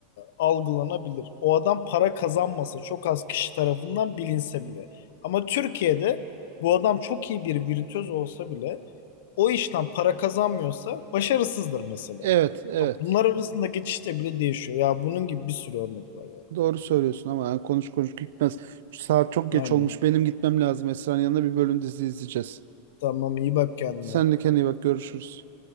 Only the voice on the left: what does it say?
algılanabilir. O adam para kazanmasa çok az kişi tarafından bilinse bile. Ama Türkiye'de bu adam çok iyi bir virtüöz olsa bile o işten para kazanmıyorsa başarısızdır mesela.
Toplumlar arasında geçişte bile değişiyor. Ya bunun gibi bir sürü örnek var ya.
Aynen.
Tamam iyi bak kendine.